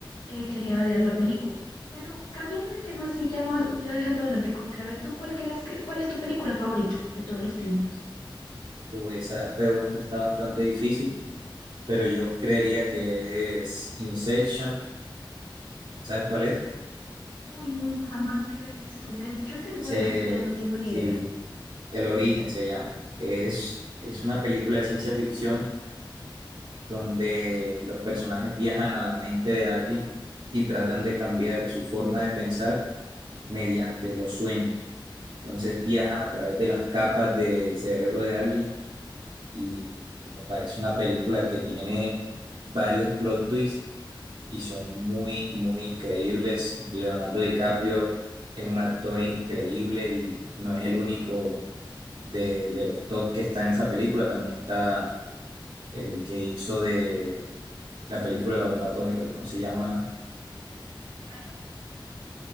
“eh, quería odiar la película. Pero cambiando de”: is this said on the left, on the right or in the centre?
Left